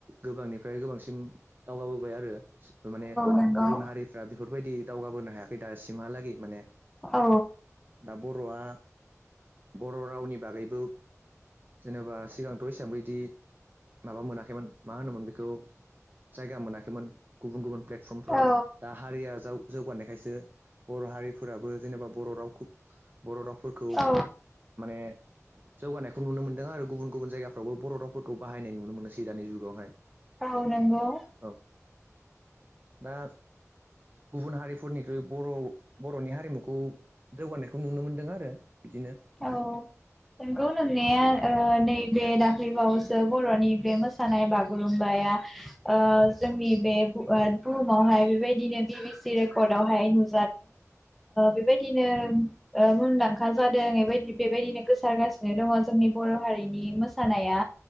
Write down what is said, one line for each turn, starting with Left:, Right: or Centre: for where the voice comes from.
Right: गोबांनिफ्राय गोबांसिम दावगाबोबाय आरो माने
Centre: नंगौ
Right: गुबुन हारिफ्रा बेफोरबायदि दावगाबोनो हायाखै दासिम सिमहालागै माने
Centre: औ
Right: दा बर'आ बर' रावनि बागैबो जेनेबा सिगां दथ' हसबांबो बिदि माबा मोनाखैमोन मा होनोमोन बेखौ जायगा मोनाखैमोन गुबुन गुबुन प्लेटफर्मफोराव
Centre: औ
Right: दा हारिया जाव जौगानायखायसो बर' हारिफोराबो जेनेबा बर' रावखौ बर' रावफोरखौ
Centre: औ
Right: माने जौगानायखौ नुनो मोनदों आरो गुबुन गुबुन जायगाफ्रावबो बर' रावफोरखौ बाहायनाय नुनो मोनोसै दानि जुगावहाय
Centre: औ नंगौ
Right: औ दा गुबुन हारिफोरनिख्रुइ बर' बर'नि हारिमुखौ जौगानायखौ नुनो मोनदों आरो बिदिनो
Centre: औ नोंगौ
Right: औ
Centre: नोंनाया नैबे दाख्लैबावसो बर'नि बे मोसानाय बागुरुमबाया जोंनि बे बुहुमावहाय बेबायदिनो बि बि सि रेकर्डआवहाय नु बेबायदिनो मुंदांखा जादों बेबायदि बेबायदिनो गोसारगासिनो दङ जोंनि बर' हारिनि मोसानाया